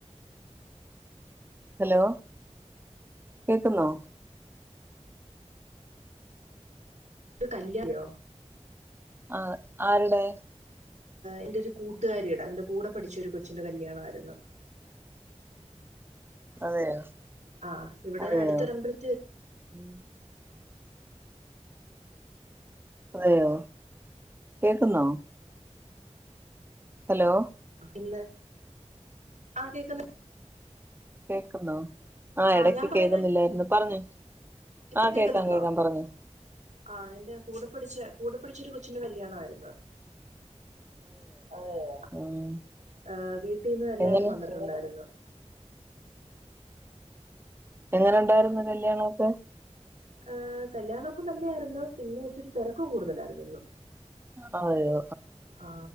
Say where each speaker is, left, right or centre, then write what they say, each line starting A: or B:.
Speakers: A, on the right (about 20°); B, on the right (about 85°).
A: ഹലോ കേക്കുന്നോ
B: ഒരു കല്യാ <unintelligible>
A: ആ ആരുടെ
B: എൻ്റെ ഒരു കൂട്ടുകാരിയട എൻ്റെ കൂടെ പഠിച്ച ഒരു കൊച്ചിൻ്റെ കല്യാണമായിരുന്നു
A: അതെയോ
B: ആ ഇവിടെ
A: അതെയോ
B: അടുതോരമ്പലത്തിൽ
A: <inaudible> അതെയോ കേക്കുന്നോ ഹലോ
B: ഇന്ന് ആ കേക്കുന്നു
A: കേക്കുന്നോ
B: ആ
A: ഇടക്ക്
B: ഞാൻ പറയുന്നേ
A: കേൾക്കുന്നില്ലായിരുന്നു പറഞ്ഞോ
B: ഇപ്പം
A: ആ
B: കേക്കുന്നുണ്ടോ
A: കേക്കാം കേക്കാം പറഞ്ഞോ
B: ആ എൻ്റെ കൂടെ പഠിച്ച കൂടെ പഠിച്ച ഒരു കൊച്ചിന്റെ കല്യാണമായിരുന്നു എന്ന അതെയോ,
A: ഉം
B: ആ വീട്ടീന്ന് എല്ലാരും
A: എങ്ങനെ
B: വന്നിട്ടുണ്ടായിരുന്നു
A: എങ്ങനെ ഉണ്ടായിരുന്നു കല്യാണമൊക്കെ
B: ആ കല്യാണൊക്കെ നല്ലതായിരുന്നു, പിന്നെ ഇച്ചിരി തിരക്കു കൂടുതലായിരുന്നു ഇന്ന്
A: അതേയോ
B: ആ